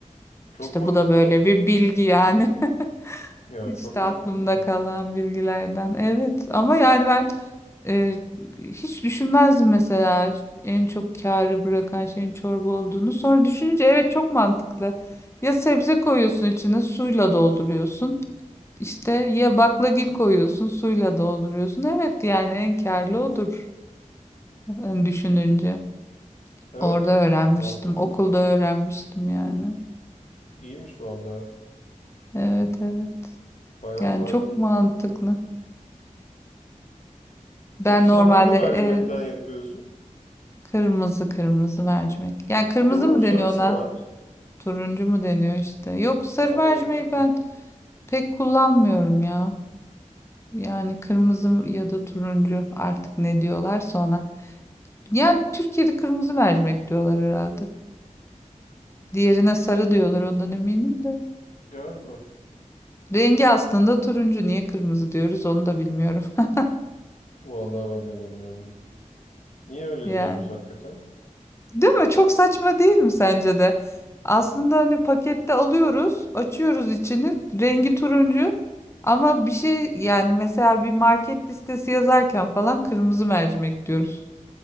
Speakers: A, on the left; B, on the left.
A: Çok
B: İşte
A: mantıklı.
B: bu da böyle bir bilgi yani. <laughs>
A: Ya
B: İşte
A: çok mantıklı.
B: aklımda kalan bilgilerden. Evet ama yani ben e, hiç düşünmezdim mesela en çok kârı bırakan şeyin çorba olduğunu. Sonra düşününce evet çok mantıklı. Ya sebze koyuyorsun içine suyla dolduruyorsun. İşte ya baklagil koyuyorsun, suyla dolduruyorsun. Evet yani en kârlı odur e, düşününce.
A: Evet,
B: Orada öğrenmiştim,
A: mantıklı.
B: okulda öğrenmiştim yani.
A: İyiymiş vallahi.
B: Evet evet.
A: Bayağı
B: Yani
A: faydalı.
B: çok mantıklı. Ben
A: Peki sen
B: normalde
A: hangi mercimekten
B: ev
A: yapıyorsun?
B: kırmızı kırmızı mercimek. Yani kırmızı
A: Bir de onun
B: mı
A: sarısı
B: deniyor ona?
A: var.
B: Turuncu mu deniyor işte? Yok sarı
A: E Ama
B: mercimeği
A: iki tip.
B: ben pek kullanmıyorum ya. Yani kırmızı ya da turuncu artık ne diyorlarsa ona. Yani Türkiye'de kırmızı mercimek diyorlar herhalde. Diğerine sarı diyorlar ondan eminim de.
A: Galiba.
B: Rengi aslında turuncu. Niye kırmızı diyoruz onu da bilmiyorum. <laughs>
A: Vallahi ben de bilmiyorum. Niye öyle
B: Yani.
A: diyoruz hakikaten?
B: Değil mi? Çok saçma değil mi sence de? Aslında hani pakette alıyoruz, açıyoruz içini, rengi turuncu. Ama bir şey yani mesela bir market listesi yazarken falan kırmızı mercimek diyoruz.